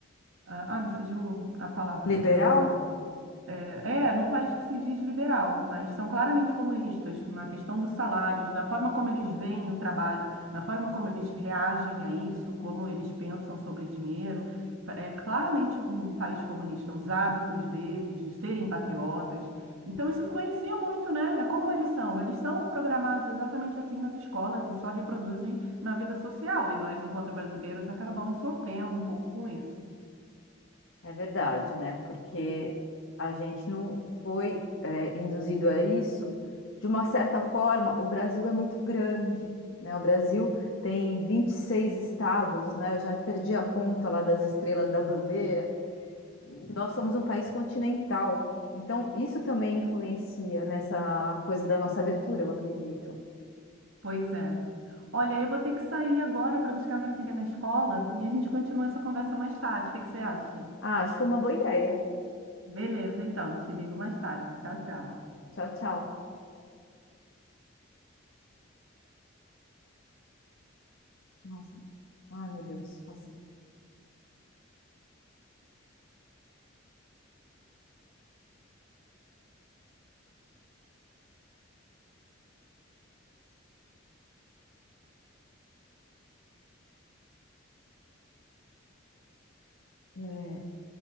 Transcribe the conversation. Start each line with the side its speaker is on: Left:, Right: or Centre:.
Right: ah, ah, me fugiu a palavra
Left: Liberal?
Right: agora. É, é, num país que se diz liberal, mas são claramente comunistas na questão dos salários, da forma como eles veem o trabalho, na forma como eles reagem a isso, como eles pensam sobre dinheiro. É claramente um país comunista, os hábitos deles de serem patriotas. Então, isso influencia muito, né? É como eles são. Eles são programados exatamente assim nas escolas e só reproduzem na vida social. E nós, enquanto brasileiros, acabamos sofrendo um pouco com isso.
Left: É verdade, né? Porque a gente não foi, é, induzido a isso. De uma certa forma, o Brasil é muito grande, né? O Brasil tem 26 estados, né? Eu já perdi a conta lá das estrelas da bandeira. Nós somos um país continental, então isso também influencia nessa coisa da nossa abertura, eu acredito.
Right: Pois é. Olha, eu vou ter que sair agora para buscar minha filha na escola e a gente continua essa conversa mais tarde. O que que você acha?
Left: Ah, acho uma boa ideia.
Right: Beleza, então, te ligo mais tarde. Tchau, tchau.
Left: Tchau, tchau. Nossa, ai meu Deus, passa. É,